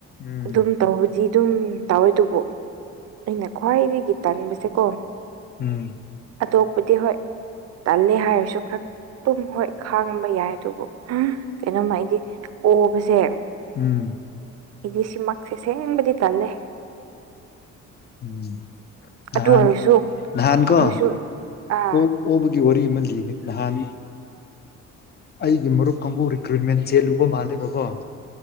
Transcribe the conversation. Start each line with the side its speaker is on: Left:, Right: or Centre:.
Left: ꯎꯝ
Right: ꯑꯗꯨꯝ ꯇꯧꯕꯗꯤ ꯑꯗꯨꯝ ꯇꯧꯋꯦ ꯑꯗꯨꯕꯨ꯫ ꯑꯩꯅ ꯈ꯭ꯋꯥꯏꯗꯒꯤ ꯇꯟꯕꯁꯦꯀꯣ
Left: ꯎꯝ꯫
Right: ꯑꯇꯣꯞꯄꯗꯤ ꯍꯣꯏ ꯇꯜꯂꯦ ꯍꯥꯏꯔꯁꯨ ꯈꯔ꯫ ꯇꯨꯝ ꯍꯣꯏ ꯈꯥꯡꯕ ꯌꯥꯏ ꯑꯗꯨꯕꯨ ꯀꯩꯅꯣꯝꯃ ꯑꯩꯗꯤ ꯑꯣꯕꯁꯦ꯫
Left: ꯎꯝ꯫
Right: ꯑꯩꯗꯤ ꯁꯤꯃꯛꯁ‌ꯦ ꯁꯦꯡꯕꯗꯤ ꯇꯜꯂꯦ꯫
Left: ꯎꯝ ꯅꯍꯥꯟ
Right: ꯑꯗꯨ ꯑꯣꯏꯔꯁꯨ
Left: ꯅꯥꯍꯟꯟ ꯀ‌ꯣ
Right: ꯑꯩꯈꯣꯏꯁꯨ ꯑꯥ
Left: ꯑꯣꯛ ꯑꯣꯕꯒꯤ ꯋꯥꯔꯤ ꯑꯃ ꯂꯤꯒꯦ ꯅꯍꯥꯟ꯫ ꯑꯩꯒꯤ ꯃꯔꯨꯞ ꯀꯥꯡꯕꯨ ꯔꯤꯀ꯭ꯔꯨꯏꯠꯃꯦꯟ ꯆꯦꯜꯂꯨꯕ ꯃꯥꯜꯂꯦꯕꯀꯣ꯫